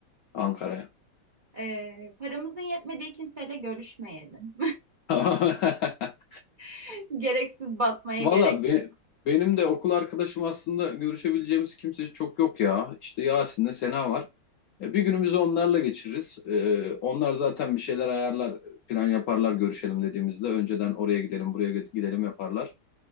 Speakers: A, on the left (about 75°); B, on the right (about 60°).
A: Ankara'ya.
B: Ee, paramızın yetmediği kimseyle görüşmeyelim.
A: <laughs>
B: <laughs> Gereksiz batmaya
A: Valla
B: gerek
A: be-
B: yok.
A: benim de okul arkadaşım aslında görüşebileceğimiz kimse çok yok ya. İşte Yasin'le Sena var. E, Bir günümüzü onlarla geçiririz. E, onlar zaten bir şeyler ayarlar, plan yaparlar görüşelim dediğimizde. Önceden oraya gidelim, buraya gidelim yaparlar.